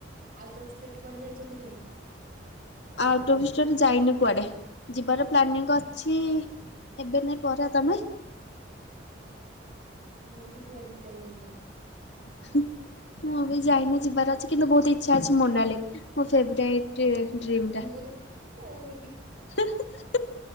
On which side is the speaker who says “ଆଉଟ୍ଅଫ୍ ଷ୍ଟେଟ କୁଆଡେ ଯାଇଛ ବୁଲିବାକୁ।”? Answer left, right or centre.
Right